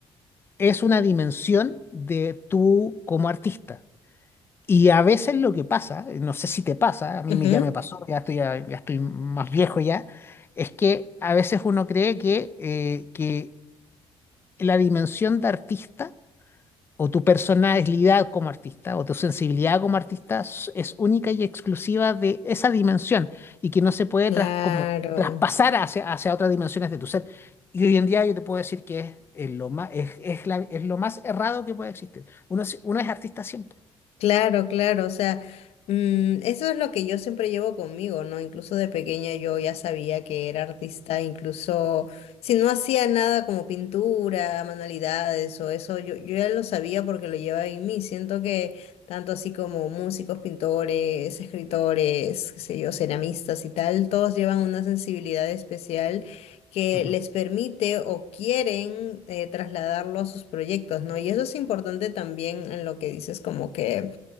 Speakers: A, on the left; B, on the left.
A: es una dimensión de tú como artista. Y a veces lo que pasa, no sé si te pasa, a mí
B: ujú.
A: me, ya me pasó, ya estoy, ya, estoy más viejo ya, es que a veces uno cree que, eh, que la dimensión de artista o tu personalidad como artista o tu sensibilidad como artista s- es única y exclusiva de esa dimensión y que no se puede
B: Claro.
A: tras, como, traspasar hacia, hacia otras dimensiones de tu ser. Y hoy en día yo te puedo decir que es, eh, lo más, es, es la- es lo más errado que puede existir. Uno, es- uno es artista siempre.
B: Claro, claro, o sea, mm, eso es lo que yo siempre llevo conmigo, ¿no? Incluso de pequeña yo ya sabía que era artista, incluso si no hacía nada como pintura, manualidades o eso, yo, yo ya lo sabía porque lo llevaba en mí. Siento que tanto así como músicos, pintores, escritores, qué sé yo, ceramistas y tal, todos llevan una sensibilidad especial que
A: Ujú,
B: les permite o quieren eh, trasladarlo a sus proyectos, ¿no? Y eso es importante también en lo que dices, como que